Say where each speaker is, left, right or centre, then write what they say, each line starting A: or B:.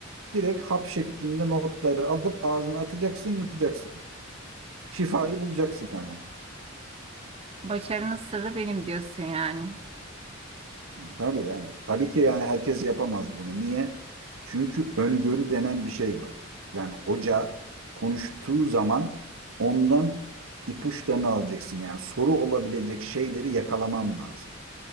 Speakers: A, on the right; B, on the right.
A: Direkt hap şeklinde notları alıp ağzına atacaksın, yutacaksın. Şifayı bulacaksın hemen.
B: başarının sırrı benim diyorsun yani.
A: Tabii yani. Tabii ki yani herkes yapamaz bunu. Niye? Çünkü öngörü denen bir şey var. Yani hoca konuştuğu zaman ondan ipuçlarını alacaksın. Yani soru olabilecek şeyleri yakalaman lazım.